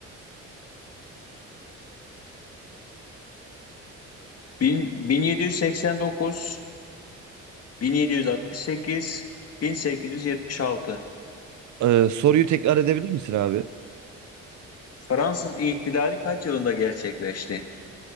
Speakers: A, on the left; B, on the right.
A: Bin- 1789, 1768, 1876.
B: Ee, soruyu tekrar edebilir misin abi?
A: Fransız İhtilali kaç yılında gerçekleşti?